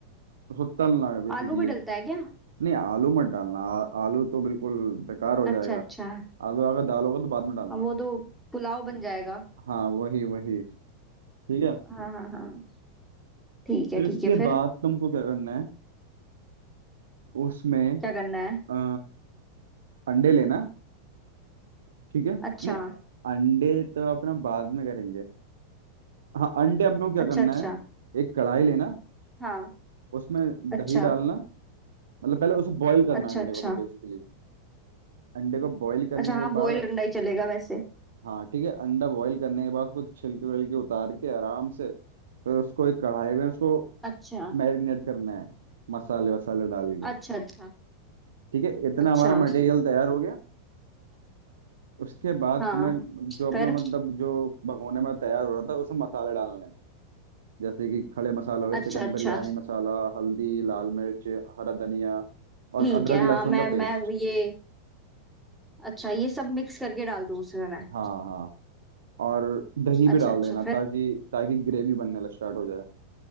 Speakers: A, on the right; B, in the centre.
A: उसको तलना है बेसिकली
B: आलू भी डलता है क्या
A: नहीं आलू मत डालना आ, आलू तो बिल्कुल बेकार हो जाएगा
B: अच्छा अच्छा
A: आलू अगर डालोगे तो बाद में डालना
B: अब वो तो पुलाव बन जाएगा
A: हाँ वही वही ठीक है
B: हाँ हाँ हाँ ठीक
A: फिर
B: है
A: इसके
B: ठीक है फिर
A: बाद तुमको क्या करना है उसमें
B: क्या करना है
A: आ, अंडे लेना ठीक है नहीं
B: अच्छा
A: अंडे तो अपना बाद में करेंगे हाँ अंडे अपने को क्या करना
B: अच्छा अच्छा
A: है एक कढ़ाई लेना
B: हाँ
A: उसमें
B: अच्छा
A: दही डालना मतलब पहले उसे बॉईल करना
B: अच्छा
A: अंडे
B: अच्छा
A: को तो बेसिकली अंडे को बॉईल करने
B: अच्छा हाँ
A: के
B: बॉयल
A: बाद
B: अंडा ही चलेगा वैसे
A: हाँ ठीक है अंडा बॉईल करने के बाद उसको छिलके विलके उतार के आराम से फिर उसको एक कढ़ाई में उसको
B: अच्छा
A: मैरिनेट करना है मसाले वसाले डाल के
B: अच्छा अच्छा
A: ठीक है इतना
B: अच्छा
A: हमारा मटेरियल तैयार हो गया उसके बाद
B: हाँ
A: तुम्हें जो
B: फिर
A: अपना मतलब जो भगोने में तैयार हो रहा था उसमें मसाले डालने हैं जैसे कि खड़े मसाले हो गए चिकन
B: अच्छा अच्छा
A: बिरयानी मसाला हल्दी लाल मिर्च हरा धनिया और
B: ठीक
A: अदरक
B: है हाँ
A: लहसुन
B: मैं
A: का पेस्ट
B: मैं ये अच्छा ये सब मिक्स करके डाल दूँ उसमें मैं
A: हाँ हाँ और दही
B: अच्छा
A: भी डाल
B: अच्छा
A: देना
B: फिर
A: ताकि ताकि ग्रेवी बनने लग स्टार्ट हो जाए